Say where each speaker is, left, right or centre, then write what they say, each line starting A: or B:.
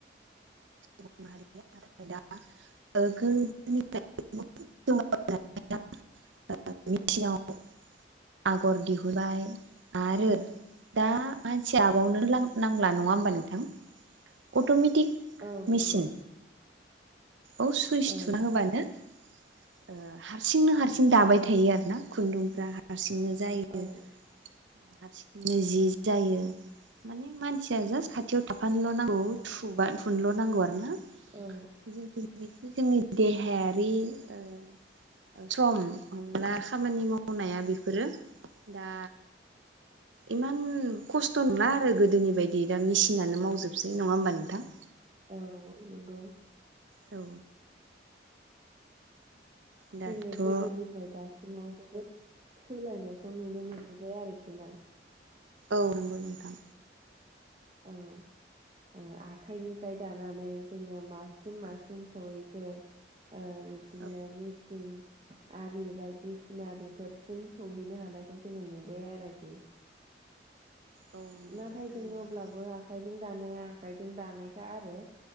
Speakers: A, on the right; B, on the right.
A: सुबुं माहारिनिया नाथाय दा गोोनिफ्राय <unintelligible> <unintelligible> मेचिनाव आगर दिहुनबाय आरो <unintelligible> <unintelligible> दा मानसिया आबावनो नांला नङा होमबा नोंथां अट'मेटिक
B: औ
A: मेचिन
B: नंगौ।
A: औ सुइस
B: औ
A: थुना होबानो ओ हारसिंनो हारसिं दाबाय थायो आरो ना खुन्दुंफ्रा हारसिंनो जायो
B: औ
A: हारसिंनो जि जायो। माने मानसिया जास्ट खाथियाव थाफानोल' नांगौ बा थुबा थुनोल' नांगौ आरो ना।
B: औ
A: जोंथ जेनिखि जोंनि देहायारि ओ सम अनला खामानि मावनाया बेफोरो दा
B: <unintelligible> <inaudible>
A: इमान खस्थ' नंला आरो गोदोनि बायदि दा मेसिनानो मावजोबसै नङा होमबा नोंथां?
B: औ नोंगौ
A: औ दाथ'
B: जोंनि गोदोनिफ्राय
A: औ
B: दासिमाव जोबोद सोलायनायखौ नुनो मोनबोबाय आरोखि ना।
A: औ नंगौ नोंथां।
B: औ ओ आखाइनिफ्राय दानानै जोङो मासिम मासिम
A: औ
B: सैहैखो ओ बिदिनो
A: औ
B: मिसिन आरि बायदिसिना बेफोरसिम सहैनो हानायखौ जोङो नुबाय आरोखि।
A: औ नंगौ
B: नाथाय
A: नोंथां
B: जोङो
A: नंगौ
B: अब्लाबो आखाइजों दानाया आखाइजों दानायखा आरो ओ